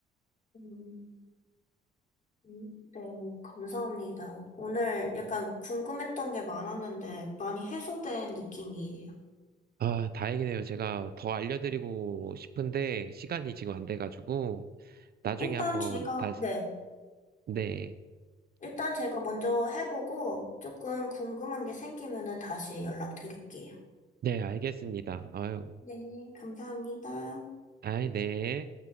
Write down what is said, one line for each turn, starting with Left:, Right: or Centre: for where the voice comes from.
Left: 음, 음. 네, 감사합니다. 오늘 약간 궁금했던 게 많았는데 많이 해소된 느낌이에요.
Right: 아, 다행이네요. 제가 더 알려드리고 싶은데, 시간이 지금 안 돼가지고, 나중에
Left: 일단
Right: 한번
Left: 제가,
Right: 다시,
Left: 네.
Right: 네,
Left: 일단 제가 먼저 해보고 조금 궁금한 게 생기면은 다시 연락드릴게요.
Right: 네, 알겠습니다. 아유,
Left: 네, 감사합니다.
Right: 아이, 네.